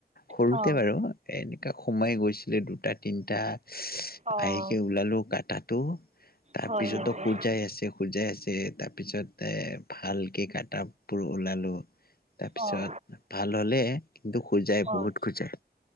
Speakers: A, on the left; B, on the right.
A: সৰুতে
B: অ'
A: বাৰু। এনেকা সোমাই গৈছিলে দুটা তিনটা ইচ
B: অ'
A: আই ওলালোঁ কাটাটো তাৰ
B: হয়
A: পিছতো
B: নেকি
A: খুজাই আছে। খুজাই আছে তাৰপিছত এ ভালকে কাটাবোৰ ওলালোঁ। তাৰপিছত
B: অ' অ'
A: ভাল হ'লে কিন্তু খুজায় বহুত
B: অ'
A: খুজায়।